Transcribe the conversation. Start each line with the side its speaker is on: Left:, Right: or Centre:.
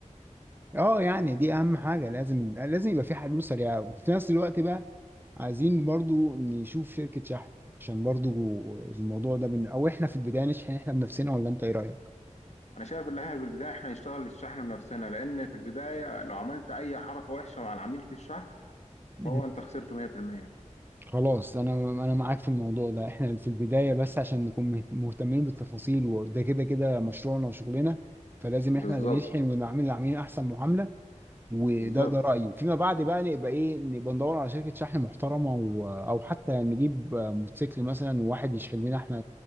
Right: اه يعني دي اهم حاجه لازم لازم يبقى في حلول سريعه وفي نفس الوقت بقى عايزين برضو نشوف شركه شحن عشان برضو الموضوع ده من او احنا في البدايه نشحن احنا بنفسنا ولا انت ايه
Left: أنا شايف إن إحنا في البداية إحنا نشتغل الشحن بنفسنا لأن في البداية لو عملت أي حركة وحشة مع العميل في الشحن فهو
Right: رايك
Left: أنت خسرته 100%
Right: خلاص انا انا معاك في الموضوع ده احنا في البدايه بس عشان نكون مه- مهتمين بالتفاصيل وده كده كده مشروعنا وشغلنا فلازم احنا
Left: بالظبط
Right: اللي نشحن ونعمل للعميل احسن معامله وده
Left: بالظبط
Right: ده رايي فيما بعد بقى نبقى ايه نبقى ندور على شركه شحن محترمه و... او حتى نجيب موتوسيكل مثلا وواحد يشحن لنا احنا